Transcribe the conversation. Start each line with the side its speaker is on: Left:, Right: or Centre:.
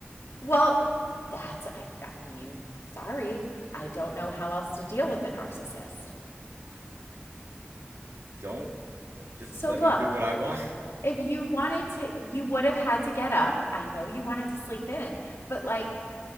Left: well, that's, I, I mean, sorry, I don't know how else to deal with a narcissist.
Right: Don't just
Left: So
Right: let
Left: look,
Right: me do what I want
Left: if you wanted to, you would have had to get up. I know you wanted to sleep in, but like,